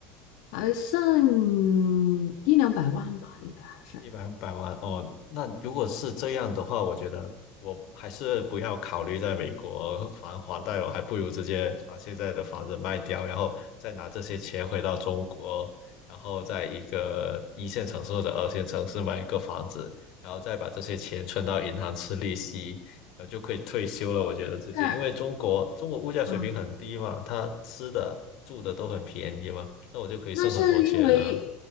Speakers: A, on the left; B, on the left.
A: 还剩一两百万吧，应该还是，
B: 一百百万哦，那如果是这样的话，我觉得我还是不要考虑在美国还房贷，我还不如直接把现在的房子卖掉，然后再拿这些钱回到中国，然后在一个一线城市或者二线城市买一个房子，然后再把这些钱存到银行吃利息，然后就可以退休了。我觉得直接，
A: 但
B: 因为中国中国物价水平很低嘛，
A: 啊，
B: 它吃的住的都很便宜嘛，那我就可以剩很多钱了。
A: 那是因为